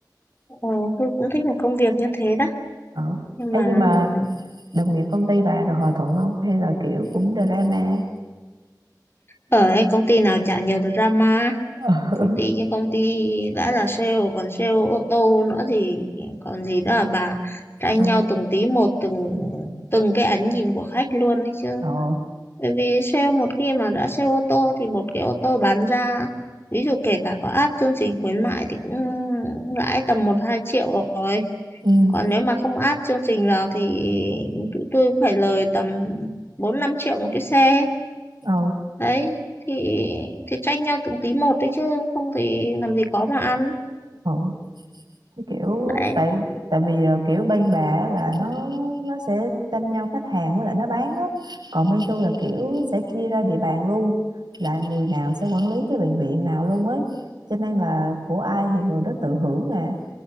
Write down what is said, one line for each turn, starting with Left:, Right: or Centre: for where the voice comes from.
Left: ờ, tôi cũng thích một công việc như thế đó
Right: ừ
Left: nhưng
Right: ấy
Left: mà
Right: nhưng mà
Left: ừm,
Right: đồng nghiệp công ty bà rồi hòa thuận không hay là kiểu cũng drama
Left: ở cái công ty nào chả nhiều drama
Right: ừ
Left: công ty công ty đã là sale còn sale ô tô nữa thì còn gì đó là bà tranh
Right: ừ
Left: nhau từng tí một từng từng cái ánh nhìn của khách luôn đấy chứ
Right: Rồi.
Left: bởi vì sale một khi mà đã sale ô tô thì một cái ô tô bán ra ví dụ kể cả có áp chương trình khuyến mại thì cũng lãi tầm một hai triệu rồi
Right: ừ
Left: còn nếu mà không áp chương trình vào thì tụi tôi cũng phải lời tầm bốn năm triệu một cái xe
Right: ừ
Left: đấy thì thì tranh nhau từng tí một đấy chứ không thì làm gì có mà ăn
Right: ừ. cái kiểu
Left: đấy
Right: tại tại vì ờ, kiểu bên bà á là nó nó sẽ tranh nhau khách hàng với lại nó bán á còn bên tôi là kiểu sẽ chia ra địa bàn luôn là người nào sẽ quản lý cái bệnh viện nào luôn ấy cho nên là của ai thì người đó tự hưởng nè